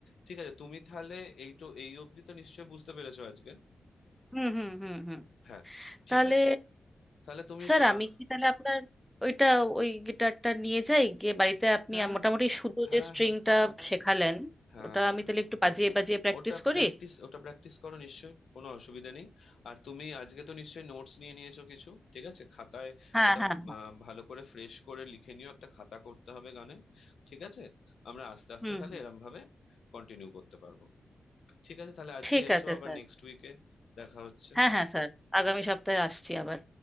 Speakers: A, on the left; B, in the centre.
A: ঠিক আছে তুমি তাহলে এই তো এই অবধি তো নিশ্চয়ই বুঝতে পেরেছো আজকে
B: হুম হুম হুম হুম
A: হ্যাঁ ঠিক
B: তাহলে
A: আছে তাহলে তুমি
B: স্যার
A: আহ,
B: আমি কি তাহলে আপনার ওইটা ওই গিটারটা নিয়ে যাই গিয়ে বাড়িতে আপনি
A: হ্যাঁ
B: আম- মোটামুটি শুধু
A: হ্যাঁ
B: যে স্ট্রিংটা
A: হ্যাঁ
B: শেখালেন
A: হ্যাঁ
B: ওটা
A: হ্যাঁ
B: আমি তাহলে একটু বাজিয়ে বাজিয়ে প্র্যাকটিস
A: ওটা
B: করি
A: প্র্যাকটিস ওটা প্র্যাকটিস করো নিশ্চয়ই কোনো অসুবিধা নেই আর তুমি আজকে তো নিশ্চয়ই নোটস নিয়ে নিয়েছো কিছু ঠিক আছে খাতায়
B: হ্যাঁ
A: ওটা
B: হ্যাঁ হ্যাঁ
A: আহ, ভালো করে ফ্রেশ করে লিখে নিও একটা খাতা করতে হবে গানের ঠিক আছে আমরা আস্তে আস্তে
B: হুম
A: তাহলে
B: হুম
A: এরম ভাবে কন্টিনিউ করতে পারবো ঠিক আছে তাহলে আজকে
B: ঠিক
A: এসো
B: আছে
A: আবার
B: স্যার
A: নেক্সট উইকে দেখা হচ্ছে
B: হ্যাঁ হ্যাঁ স্যার আগামী সপ্তাহে আসছি আবার